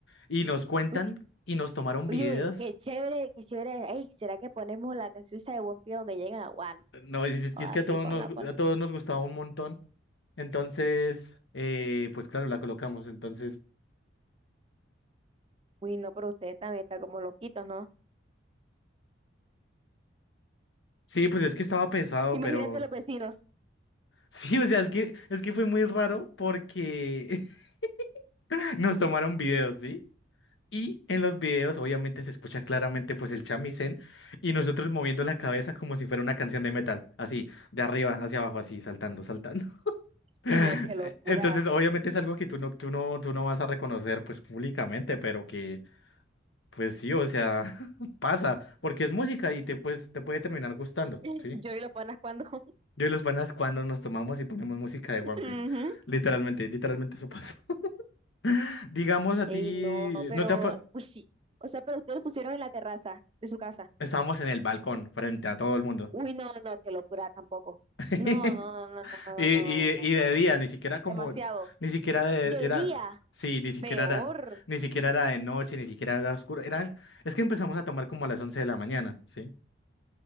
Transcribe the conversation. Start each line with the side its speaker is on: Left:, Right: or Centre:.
Left: Y nos cuentan
Right: Uy, sí.
Left: y nos tomaron
Right: oye,
Left: videos.
Right: qué chévere, qué chévere. Ey, ¿será que ponemos la canción esa de One Piece donde llegan a Wano?
Left: Eh, No, y es,
Right: Ah,
Left: y es que
Right: sí,
Left: a todos
Right: ponla,
Left: nos, gu-
Right: ponla.
Left: a todos nos gustaba un montón. Entonces, eh, pues claro, la colocamos. Entonces,
Right: Uy, no, pero ustedes también están como loquitos, ¿no?
Left: sí, pues es que estaba pesado,
Right: Imagínate
Left: pero
Right: los
Left: <laughs>
Right: vecinos.
Left: sí, o sea, es que, es que fue muy raro porque <laughs> nos tomaron videos, ¿sí? Y en los videos obviamente se escucha claramente pues el chamisén y nosotros moviendo la cabeza como si fuera una canción de metal, así, de arriba hacia abajo, así, saltando, saltando.
Right: Sino
Left: <laughs>
Right: qué locura.
Left: Eh, Entonces obviamente es algo que tú no, tú no, tú no vas a reconocer pues públicamente, pero que pues sí, o sea, <laughs> pasa, porque es música y te, pues, te puede terminar gustando,
Right: <laughs>
Left: ¿sí?
Right: Yo y los panas cuando. <laughs>
Left: Yo y los panas cuando nos tomamos y ponemos música de One
Right: Ujú.
Left: Piece, literalmente, literalmente eso pasa. <laughs> Digamos a
Right: Ey,
Left: ti,
Right: no, pero,
Left: no te... ha
Right: uy, sí. O sea, pero ustedes lo pusieron en la terraza de su casa.
Left: Estábamos en el balcón frente a todo el mundo.
Right: Uy, no, no, qué locura tampoco.
Left: <laughs>
Right: No, no, no, no, no,
Left: Y, y,
Right: no, no, no, no. no.
Left: y de día, ni siquiera como,
Right: Demasiado.
Left: ni siquiera de-
Right: De
Left: era,
Right: día.
Left: sí, ni siquiera
Right: Peor.
Left: era, ni siquiera era de noche, ni siquiera era oscuro. Era, es que empezamos a tomar como a las 11 de la mañana, ¿sí?